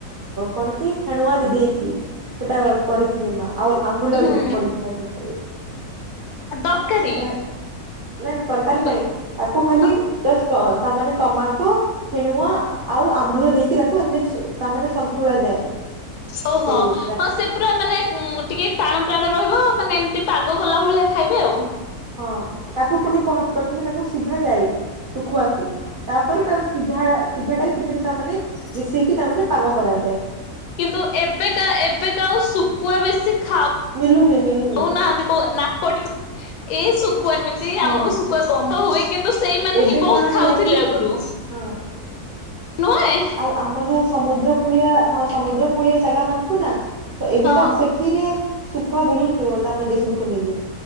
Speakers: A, on the right; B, on the left.
A: କଣ କି ହେଣୁଆ ଦେଇକି। ସେଟା କରିଥିଲେ ମା ଆଉ ଆମ୍ବୁଲ
B: ହୁଁ
A: ବି ପଡି଼ଥାଏ ସେଠାରେ।
B: ତରକାରୀ।
A: ତ ନାଇଁ ନାଇଁ ତରକାରୀ
B: ମୁଁ
A: ନାଇଁ ତାକୁ ଖାଲି
B: ଆଉ
A: ଜଷ୍ଟ୍ ତାମାନେ ଟମାଟୋ ଫେଣୁଆ ଆଉ ଆମ୍ବୁଲ ଦେଇକି ତାକୁ ଏମତି ତାମାନେ ସନ୍ତୁଳା ଯାଏ।
B: ଓହୋ
A: ସେ ତାଟି
B: ହଁ ସେ ପୁରା ମାନେ ଟିକେ ଟାଣ ଟାଣ ରହିବ ମାନେ ଏମିତି ପାଗ କଲା ଭଳିଆ ଖାଇବେ ଆଉ।
A: ହଁ ତାକୁ ପୁଣି ପ୍ରଥମେ ତାଙ୍କୁ ସିଝା ଯାଏ ଚୁଖୁଆକୁ। ତାପରେ ତାର ସିଝା ସିଝା ଟା କି ସେଥିରେ ତା ମାନେ ମିଶେଇକି ତା ମାନେ ପାଗ କରାଯାଯାଏ।
B: କିନ୍ତୁ ଏବେକା ଏବେକା ଆଉ ଶୁଖୁଆ ବେଶୀ ଖାଉ
A: ମିଲୁନି ମିଲୁନି
B: କଉନାହାନ୍ତି କ ନାକି ଟେକି ଏଇ ଶୁଖୁଆ ଏମିତି
A: ହଁ
B: ଆମକୁ ଶୁଖୁଆ ଗନ୍ଧ ହୁଏ। କିନ୍ତୁ ସେଇମାନେ
A: ଏବେ
B: ହିଁ ବହୁତ
A: କଣ
B: ଖାଉଥିଲେ
A: ହେଲା କି
B: ଆଗରୁ।
A: ହଁ
B: ନୁହେଁ
A: ଆଉ ଆମ ଯୋଉ ସମୁଦ୍ର କୂଳିଆ ହଁ ସମୁଦ୍ର କୂଳିଆ ଜାଗା ମାନଙ୍କୁ ନା ତ ଏବେକା
B: ହଁ
A: ସେଠିରେ ଶୁଖୁଆ ବହୁତ ତମେ ଦେଖିବାକୁ ମିିଲେ।